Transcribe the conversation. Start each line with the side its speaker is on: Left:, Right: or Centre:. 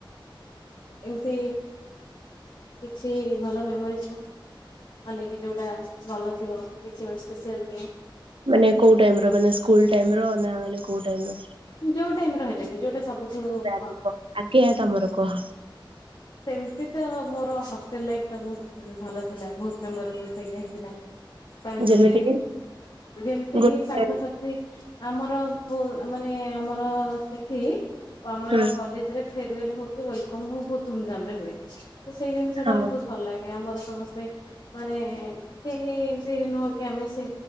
Left: ଏମତି କିଛି ଭଲ ମେମୋରି କୁହ। ମାନେ କି ଯୋଉଟା ଭଲ ଥିବ କିଛି ଗୋଟେ ସ୍ପେସିଆଲ ଥିବ।
Right: ମାନେ କୋଉ ଟାଇମର ମାନେ ସ୍କୁଲ ଟାଇମ ର ନା ମାନେ କୋଉ ଟାଇମର?
Left: ଯୋଉ ଟାଇମରେ ହେଲେ ବି ଯୋଉଟା ସବୁଠୁ ହଁ।
Right: ଆଗେ କୁହ ଆଗେ ତମର କୁହ।
Left: ସେମତି ତ ମୋର ହଷ୍ଟେଲ ଲାଇଫଟା ବହୁତ ଭଲ ଥିଲା ବହୁତ ମେମୋରେବଲ ସେଇଟା ହିଁ ଥିଲା। ତା ଭିତରେ
Right: ଯେମିତି କି
Left: ଯେମିତି
Right: ଗୋଟେ
Left: କିି ସାଙ୍ଗସାଥି ଆମର ବୁ ମାନେ ଆମର ସେଠି ଆମର
Right: ହୁଁ
Left: କଲେଜରେ ଫେରୁୱଲ ହଉ କି ୱେଲକମ ହଉ ବହୁତ ଧୁମଧାମ ରେ ହୁଏ ତ ସେଇ ଜିନିଷଟା
Right: ହଁ
Left: ବହୁ ଭଲ ଲାଗେ ଆମର ସମସ୍ତେ ମାନେ କେହି ଏମତି ନୁହଁ କି ଆମେ ସି